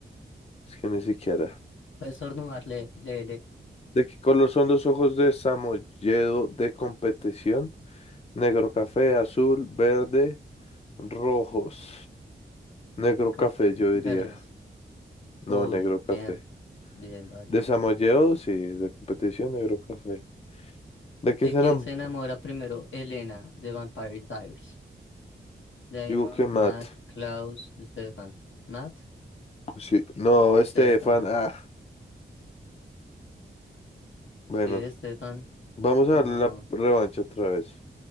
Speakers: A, on the left; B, on the left.
A: Es que ni siquiera.
B: Puedes estornudar, le le le
A: ¿De qué color son los ojos de Samoyedo de competición? Negro café, azul, verde, rojos. Negro café,
B: Ro-
A: yo diría.
B: verdes.
A: No,
B: Uy,
A: negro café.
B: bien, bien, dale.
A: De Samoyedos y de competición, negro café. ¿De
B: ¿De
A: qué serán?
B: quién se enamora primero Elena de Vampire Diaries? Damon,
A: Digo que mat.
B: Matt, Klaus, Stefan. Matt.
A: Pues sí. No,
B: Stefan.
A: Estefan. Ah, bueno.
B: Sí, Stefan.
A: Vamos
B: No,
A: a darle la revancha otra vez.